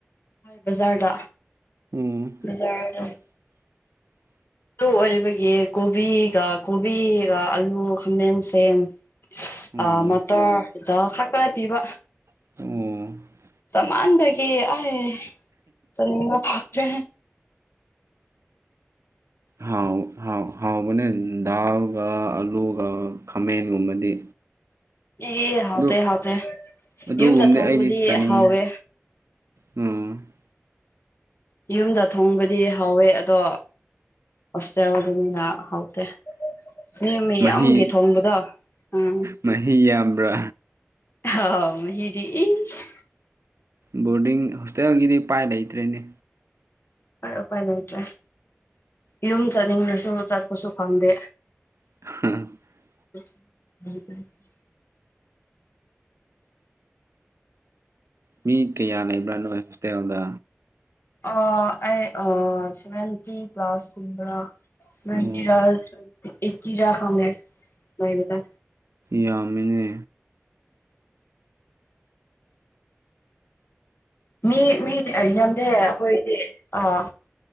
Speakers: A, on the left; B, on the right.
A: ꯕꯖꯥꯔꯗ
B: ꯎꯝ
A: ꯕꯖꯥꯔꯗ
B: <inaudible>
A: ꯑꯗꯨ ꯑꯣꯏꯕꯒꯤ ꯀꯣꯕꯤꯒ ꯀꯣꯕꯤꯒ ꯑꯂꯨ ꯈꯥꯃꯦꯟ ꯁꯤꯟ
B: ꯑꯣ
A: ꯑꯥ ꯃꯇꯔ ꯗ ꯍꯛꯇꯅ ꯄꯤꯕ
B: ꯑꯣ
A: ꯆꯥꯃꯟꯕꯒꯤ ꯑꯥꯏ ꯆꯥꯅꯤꯡꯕ ꯐꯥꯎꯗ꯭ꯔꯦ
B: ꯍꯥꯎ ꯍꯥꯎ ꯍꯥꯎꯕꯅꯦ ꯗꯥꯜꯒ ꯑꯂꯨꯒ ꯈꯥꯃꯦꯟꯒꯨꯝꯕꯗꯤ
A: ꯏ ꯍꯥꯎꯇꯦ
B: ꯑꯗꯨ
A: ꯍꯥꯎꯇꯦ
B: ꯑꯗꯨꯒꯨꯝꯕꯗꯤ
A: ꯌꯨꯝꯗ ꯊꯣꯡꯕꯗꯤ
B: ꯑꯩꯗꯤ ꯆꯥꯅꯤꯡ
A: ꯍꯥꯎꯋꯦ
B: ꯎꯝ
A: ꯌꯨꯝꯗ ꯊꯣꯡꯕꯗꯤ ꯍꯥꯎꯋꯦ ꯑꯗꯣ ꯍꯣꯁꯇꯦꯜꯗꯅꯤꯅ ꯍꯥꯎ ꯇꯦ ꯃꯤ ꯃꯌꯥꯝꯒꯤ
B: ꯃꯍꯤ
A: ꯊꯣꯡꯕꯗꯣ ꯎꯝ
B: ꯃꯍꯤ ꯌꯥꯝꯕ꯭ꯔꯥ
A: ꯑꯧ ꯃꯍꯤꯗꯤ ꯏꯁ
B: ꯕꯣꯔꯗꯤꯡ ꯍꯣꯁꯇꯦꯜꯒꯤꯗꯤ ꯎꯄꯥꯏ ꯂꯩꯇ꯭ꯔꯦꯅꯦ
A: <unintelligible> ꯎꯄꯥꯏ ꯂꯩꯇ꯭ꯔꯦ ꯌꯨꯝ ꯆꯠꯅꯤꯡꯂꯁꯨ ꯆꯠꯄꯁꯨ ꯐꯪꯗꯦ
B: <unintelligible>
A: <unintelligible>
B: ꯃꯤ ꯀꯌꯥ ꯂꯩꯕ꯭ꯔꯥ ꯅꯣꯏ ꯍꯣꯁꯇꯦꯜꯗ
A: ꯑꯥ ꯑꯩ ꯑꯥ ꯁꯚꯦꯟꯇꯤ ꯄ꯭ꯂꯁ ꯀꯨꯝꯕ꯭ꯔ ꯁꯚꯦꯟꯇꯤꯔ
B: ꯑꯣ
A: <unintelligible> ꯑꯦꯠꯇꯤꯔ ꯈꯪꯗꯦ ꯂꯩꯕꯗ
B: ꯌꯥꯝꯃꯤꯅꯦ
A: ꯃꯤ ꯃꯤꯗꯤ ꯑꯥ ꯌꯥꯝꯗꯦ ꯑꯈꯣꯏꯗꯤ ꯑꯥ